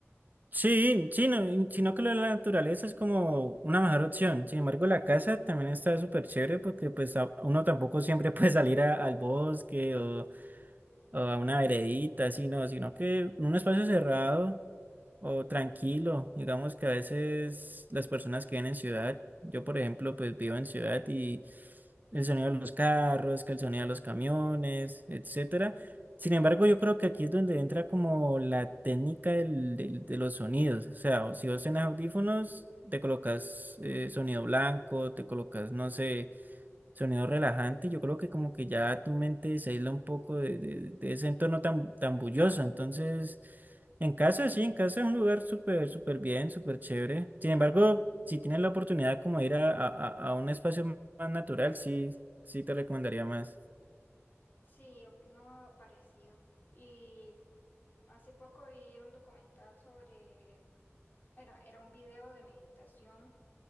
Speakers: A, on the right (about 35°); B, on the left (about 40°).
A: Sí, sí, no, y- sino que lo de la naturaleza es como una mejor opción. Sin embargo, la casa también está súper chévere porque pues a- uno tampoco siempre puede salir a- al bosque o, o a una veredita, así no, sino que en un espacio cerrado o tranquilo. Digamos que a veces las personas que viven en ciudad, yo por ejemplo, pues vivo en ciudad y el sonido de los carros, que el sonido de los camiones, etcétera. Sin embargo, yo creo que aquí es donde entra como la técnica del- del- de los sonidos. O sea, o si vos tenés audífonos, te colocas eh, sonido blanco, te colocas, no sé. Sonido relajante, yo creo que como que ya tu mente se aísla un poco de, de- de ese entorno tan, tan bullicioso. Entonces, en casa sí, en casa es un lugar súper, súper bien, súper chévere. Sin embargo, si tienes la oportunidad como de ir a, a- a- a un espacio más natural, sí, sí te recomendaría más.
B: Sí, opino parecido. Y hace poco vi un documental sobre, era, era un video de meditación,